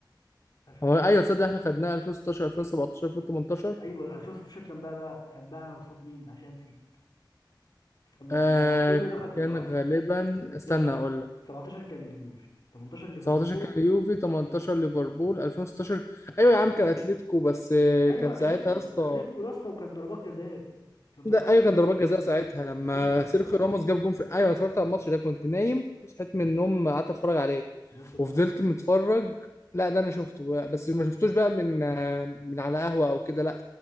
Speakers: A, on the left; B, on the left.
A: 2006
B: هو ايوه تصدق احنا خدناه 2016 2017 2018
A: ايوه 2016 كان بقى بقى كان بقى قصاد مين عشان نسيت استنى
B: آه
A: انا أنا كله دخل في
B: كان
A: بعض
B: غالبا استنى
A: يس
B: اقول لك
A: 17 كان اليوفي 18 ليفربول
B: 17 كان اليوفي 18 ليفربول 2016 ايوه يا عم كان اتلتيكو بس آه،
A: ايوه
B: كان
A: اتلتيكو
B: ساعتها يا اسطى
A: اتلتيكو يا اسطى وكان ضربات جزاء كان ضربات
B: ده ايوه
A: جزاء
B: كان ضربات جزاء ساعتها لما
A: ايوه انا
B: سيرخيو
A: افتكرت
B: راموس جاب جون في ايوه أنا اتفرجت على الماتش ده كنت نايم وصحيت من النوم قعدت اتفرج عليه
A: يا اسطى ده
B: وفضلت
A: كان اول
B: متفرج لا ده انا شفته بقى. بس ما شفتوش بقى من آه، من على قهوه او كده لا